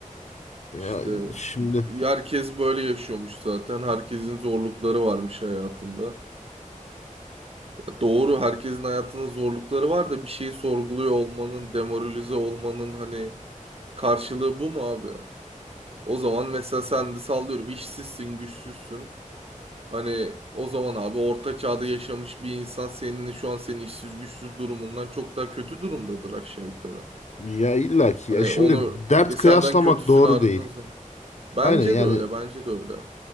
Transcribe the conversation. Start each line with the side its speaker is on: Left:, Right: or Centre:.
Left: ya
Right: İşte
Left: şimdi
Right: y- herkes böyle yaşıyormuş zaten. Herkesin zorlukları varmış hayatında. Ya Doğru herkesin hayatının zorlukları var da bir şeyi sorguluyor olmanın, demoralize olmanın hani karşılığı bu mu abi? O zaman mesela sen de sallıyorum işsizsin, güçsüzsün. Hani o zaman abi orta çağda yaşamış bir insan senin şu an senin işsiz güçsüz durumundan çok daha kötü durumdadır aşağı yukarı.
Left: ya illaki
Right: Hani
Left: ya şimdi
Right: onu
Left: dert
Right: e,
Left: kıyaslamak
Right: senden kötüsünü
Left: doğru
Right: aradığın
Left: değil.
Right: zaman. Bence
Left: Aynen yani
Right: de öyle, bence de öyle.